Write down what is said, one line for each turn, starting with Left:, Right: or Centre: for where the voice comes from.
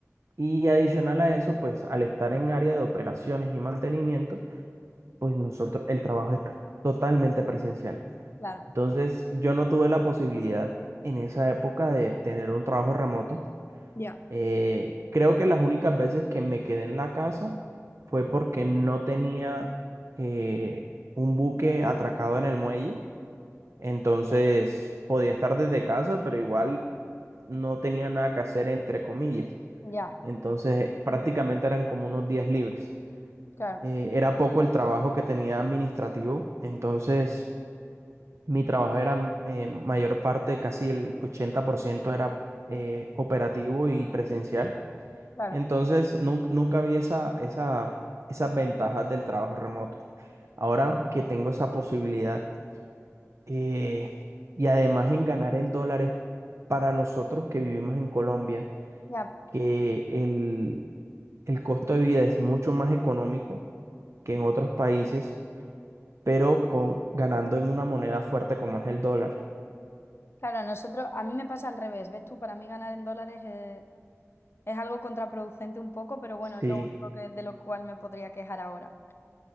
Right: Y adicional a eso, pues al estar en área de operaciones y mantenimiento, pues nosotros, el trabajo es totalmente presencial.
Left: Claro,
Right: Entonces, yo no tuve la posibilidad en esa época de tener un trabajo remoto.
Left: Ya.
Right: Eh, creo que las únicas veces que me quedé en la casa fue porque no tenía eh, un buque atracado en el muelle Entonces podía estar desde casa, pero igual no tenía nada que hacer, entre comillas.
Left: ya,
Right: Entonces prácticamente eran como unos días libres.
Left: claro,
Right: Eh, era poco el trabajo que tenía administrativo, entonces mi trabajo era eh, mayor parte, casi el 80% era eh, operativo y presencial.
Left: claro,
Right: Entonces nun- nunca vi esa, esa, esas ventajas del trabajo remoto. Ahora que tengo esa posibilidad eh, y además en ganar en dólares para nosotros que vivimos en Colombia,
Left: ya.
Right: que el, el costo de vida es mucho más económico que en otros países, pero con, ganando en una moneda fuerte como es el dólar.
Left: Claro, a nosotros, a mí me pasa al revés, ¿ves tú? Para mí ganar en dólares eh, es algo contraproducente un poco, pero bueno,
Right: Sí,
Left: es lo único que, de lo cual me podría quejar ahora.